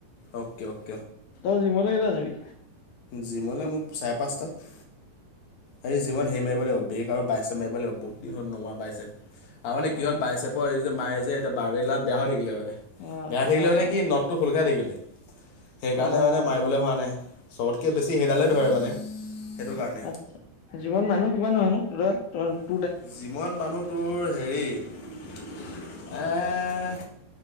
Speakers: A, on the left; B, on the left.
A: Okay okay.
B: তই জিমলে কেতিয়া যাবি?
A: জিমলে মোক চাৰে পাঁচটাত সেই জিমত হেৰি মাৰিব লাগিব বেগ আৰু বাইছে মাৰিব লাগিব বহুত দিন হ'ল নমৰা বাইচেপ আৰু মানে
B: অ',
A: কি হ'ল বাইচেপৰ যে মায়ে যে এতিয়া বাৰবেলডাল বেয়া হৈ থাকিলে বেয়া
B: অ', অ',
A: থাকিলে মানে
B: অ',
A: কি নদটো খোল খাই থাকিল। সেইকাৰণে
B: অ',
A: মানে মাৰিবলে বলে হোৱা নাই। চবতকে বেছি সেইডালেই ধৰে মানে সেইটো কাৰণে
B: আচ্ছা জীৱন মানুহ কিমান হয় নো <unintelligible>
A: যিমান মানুহটোৰ হেৰি এ